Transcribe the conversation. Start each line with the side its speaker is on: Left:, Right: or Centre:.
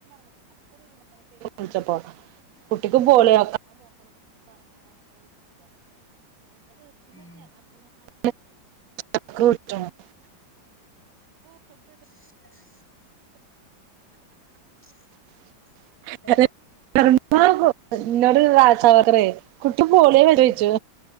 Right: വിൾച്ചപ്പോ കുട്ടിക്കും പോളിയോ
Centre: ഉം
Right: <unintelligible> <inaudible>
Centre: <unintelligible> <inaudible>
Right: <inaudible>
Centre: ഏ
Right: <unintelligible> ഇന്നോട് ആശാ വർക്കറെ കുട്ടി പോളിയോ വെച്ചോയ്ച്ചു
Centre: ആഹ്